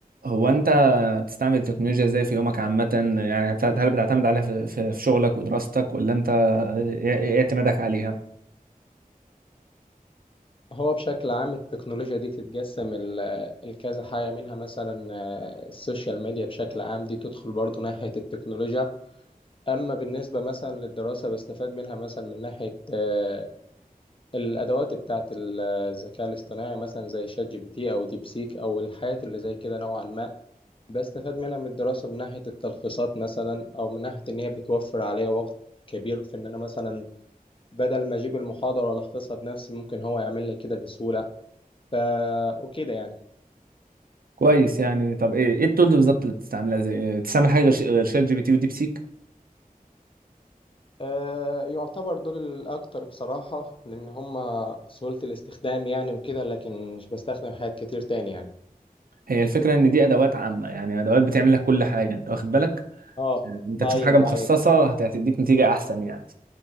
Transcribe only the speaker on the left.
هو بشكل عام التكنولوجيا دي تتجسم ال- الكذا حاجة منها مثلا آه، السوشيال ميديا بشكل عام دي تدخل برضو ناحية التكنولوجيا أما بالنسبة مثلا للدراسة بستفاد منها مثلا من ناحية آه، الأدوات بتاعة الذكاء الاصطناعي مثلا زي شات جي بي تي أو ديب سيك أو الحاجات اللي زي كده نوعا ما بستفاد منها من الدراسة من ناحية التلخيصات مثلا أو من ناحية إن هي بتوفر عليا وقت كبير في إن أنا مثلا بدل ما أجيب المحاضرة وألخصها بنفسي ممكن هو يعمل لي كده بسهولة ف... وكده يعني
آه، يعتبر دول الأكتر بصراحة لأن هما سهولة الاستخدام يعني وكده لكن مش بستخدم حاجات كتير تاني يعني
اه
أيوه
أيوه